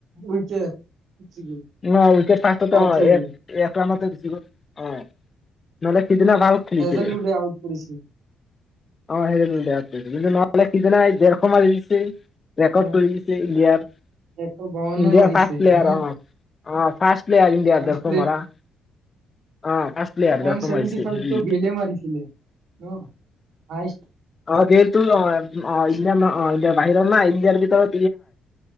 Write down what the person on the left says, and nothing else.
অ উইকেট ফাৰ্ষ্টতে
অ
<unintelligible> নহলে সিদিনা ভাল খেলিছিলে
অ' <unintelligible> ডেৰশ মাৰি দিছে। ৰেকৰ্ড কৰি দিছে
ইণ্ডিয়াৰ, ইণ্ডিয়াৰ ফাৰ্ষ্ট
প্লেয়াৰ,
অ'।
অ' ফাৰ্ষ্ট প্লেয়াৰ ইণ্ডিয়াৰ
<inaudible> কোমাৰা। অ। ফাৰ্ষ্ট প্লেয়াৰ
ডেৰশ
মাৰিছে
ই
অ গেলটো -অ- উম -অ -ইণ্ডিয়া -নহ -ইণ্ডিয়াৰ বাহিৰৰ না ইণ্ডিয়াৰ ভিতৰৰ